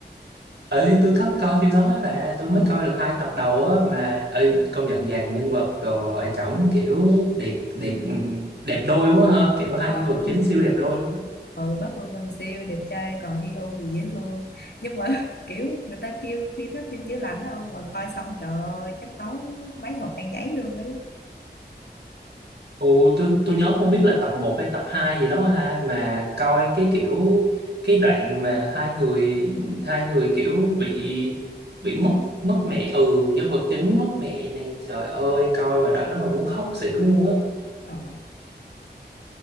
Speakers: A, on the right (about 75°); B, on the left (about 70°).
A: Ê, tôi có coi phim đó á bà, tôi
B: Ừ.
A: mới coi được hai tập đầu á mà ơi công nhận dàn nhân vật rồi chổng kiểu đẹp đẹp ừ, đẹp đôi quá ha, kiểu hai
B: Ờ,
A: nhân vật chính siêu đẹp đôi luôn. á.
B: ừ, Park Bo Gum siêu đẹp trai còn Hyo thì dễ thương. Nhưng mà <laughs> kiểu người ta kêu phim nó phim chữa lành đó ông mà coi xong trời ơi, chắc tốn mấy hộp khăn giấy luôn ấy.
A: Ồ tôi tôi nhớ không biết là tập một hay tập 2 gì đó ha mà coi cái kiểu cái đoạn mà hai người hai người kiểu bị bị mất mất mẹ ừ nhân vật chính mất mẹ này trời ơi coi mà đoạn đó mà muốn khóc xỉu luôn á
B: Ờ.